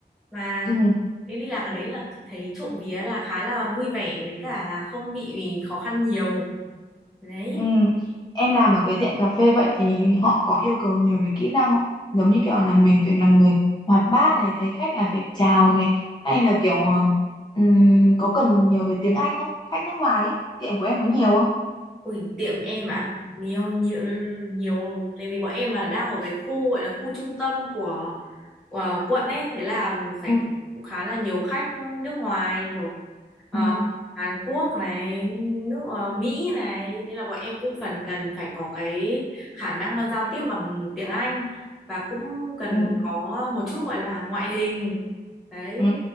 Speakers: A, in the centre; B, on the left.
A: Và
B: ừ,
A: em đi làm cái đấy là thấy trộm vía là khá là vui vẻ với cả là không bị khó khăn nhiều. Đấy.
B: Ừ. Em làm ở cái tiệm cà phê vậy thì họ có yêu cầu nhiều về kỹ năng không? Giống như kiểu là mình phải là người hoạt bát này, thấy khách là phải chào này, hay là kiểu ờ, ừm, có cần nhiều về tiếng Anh không? Khách nước ngoài ấy, tiệm của em có nhiều không?
A: Ui, tiệm em ạ, nhiều, nhiều, nhiều, tại vì bọn em là đang ở cái khu gọi là khu trung tâm của, của quận ấy. Thế là phải
B: Ừ.
A: tiếp cũng khá là nhiều khách nước ngoài kiểu Ờ,
B: Ừ.
A: Hàn Quốc này, nước ờ, Mỹ này, nên là bọn em cũng phần cần phải có cái khả năng giao tiếp bằng tiếng Anh và cũng cần
B: Ừ.
A: có một chút gọi là ngoại hình. Đấy,
B: Ừ.